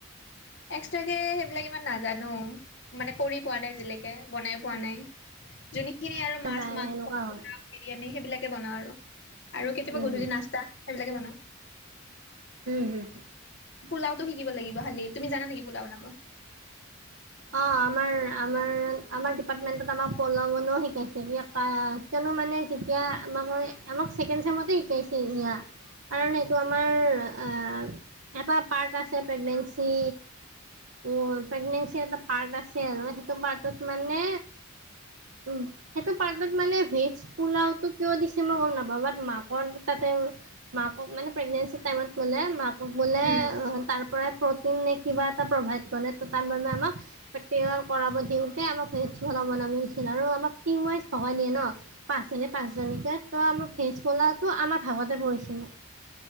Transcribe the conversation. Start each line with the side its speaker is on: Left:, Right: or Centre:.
Left: এক্সট্ৰাকে সেইবিলাক ইমান নাজানো। মানে কৰি পোৱা নাই আজিলেকে বনাই পোৱা নাই। যোনে খিনি আৰু মাছ,
Right: যায়
Left: মাংস,
Right: সেনেকুৱা হয়
Left: পোলাঅ' বিৰিয়ানী সেইবিলাকে বনাওঁ আৰু কেতিয়াবা
Right: উম,
Left: গধূলি
Right: হুম,
Left: নাস্তা। সেইবিলাকে বনাওঁ।
Right: উম, উম।
Left: পোলাও টো শিকিব লাগিব খালি, তুমি জানা নেকি পোলাও বনাব?
Right: অঁ, আমাৰ আমাৰ আমাৰ ডিপাৰ্টমেন্টত আমাৰ পোলাও' বনাও শিকাইছে দিয়া। ই কিয়নো মানে যেতিয়া আমাক আমাক ছেকেণ্ড চেমত তো সিকাইছে ইয়াৰ, কাৰণ এইটো আমাৰ এ এটা পাৰ্ট আছে, প্ৰেগনেঞ্চি মোৰ প্ৰেগনেঞ্চি এটা পাৰ্ট আছে আৰু সেইটো পাৰ্টত মানে উম সেইটো পাৰ্টত মানে ভেজ পোলাওটো কিয় দিছে মই গম নাপাওঁ, বাত মাকৰ তাতে মাকক মানে প্ৰেগনেঞ্চি টাইমত বোলে মাক বোলে
Left: উম,
Right: তাৰ পৰাই প্ৰটিন কিবা এটা প্ৰভাইড কৰে ত' তাৰ বাবে আমাক প্ৰেক্টিকেল কৰা দিওঁতে আমাক ভেজ পোলাও বনাব দিছিল আৰু আমাক টিম ৱাইজ ভগাই দিয়ে ন'। পাঁচজনী পাঁচজনীকে ত' আমাক ফেজ পোলাওটো আমাৰ ভাগতে পৰিছিলে।